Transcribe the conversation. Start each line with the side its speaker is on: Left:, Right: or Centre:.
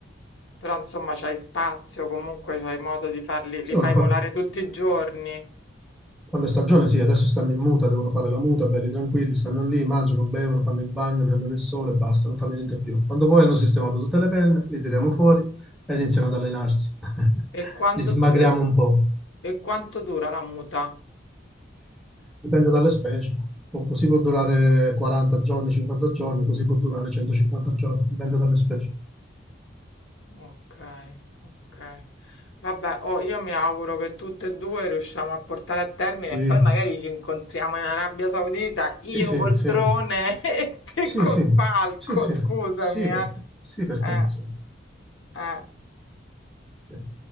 Left: Però insomma c'hai spazio, comunque c'hai modo di farli,
Centre: Sì,
Left: li fai
Centre: una falco.
Left: volare tutti i giorni.
Centre: Quando è stagione, sì, adesso stanno in muta, devono fare la muta, belli tranquilli, stanno lì, mangiano, bevono, fanno il bagno, prendono il sole e basta, non fanno niente più. Quando poi hanno sistemato tutte le penne, li tiriamo fuori e iniziano ad allenarsi. <laughs>
Left: E quando,
Centre: Li smagriamo
Left: e,
Centre: un po'.
Left: e quanto dura la muta?
Centre: Dipende dalle specie. Po- Così può durare 40 giorni, 50 giorni, così può durare 150 giorni, dipende dalle specie.
Left: Okay, okay. Vabbè, oh, io mi auguro che tutte e due riusciamo a portare a termine
Centre: Sì,
Left: e poi magari ci incontriamo in Arabia Saudita, io
Centre: sì, sì,
Left: col
Centre: sì,
Left: drone <laughs> e te
Centre: sì,
Left: col
Centre: sì,
Left: palco,
Centre: sì, sì,
Left: scusami,
Centre: sì, perché,
Left: eh.
Centre: sì, perché
Left: Eh,
Centre: no, sì,
Left: eh.
Centre: sì.